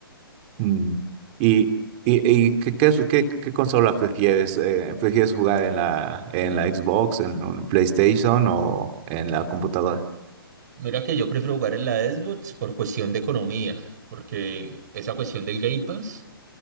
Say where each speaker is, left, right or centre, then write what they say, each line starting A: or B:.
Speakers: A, on the right; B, on the right.
A: Mm. ¿Y, y, y qué, qué, es- qué- qué consola prefieres? Eh, ¿prefieres jugar en la, en la Xbox, en un PlayStation o en la computadora?
B: Mira que yo prefiero jugar en la Xbox por cuestión de economía, porque esa cuestión del Game Pass,